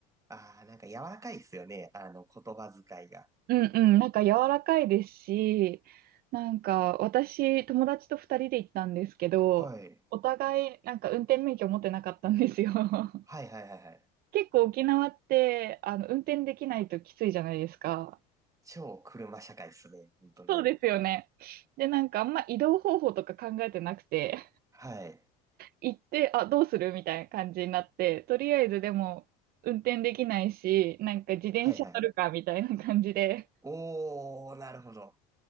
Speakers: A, on the right (about 15°); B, on the right (about 50°).
A: ああ、なんか柔らかいっすよね、あの言葉遣いが。
B: うんうん、なんか柔らかいですし、なんか私、友達と二人で行ったんですけど、
A: はい。
B: お互いなんか運転免許持ってなかったんですよ。<laughs>
A: はいはいはいはい。
B: 結構沖縄って、あの、運転できないときついじゃないですか。
A: 超車社会っすね、本当に。
B: そうですよね。で、なんかあんま移動方法とか考えてなくて、
A: はい。
B: 行って、あ、どうするみたいな感じになって、とりあえずでも運転できないし、なんか自転車乗るかみたいな感じで、
A: はいはいはい。おー、なるほど。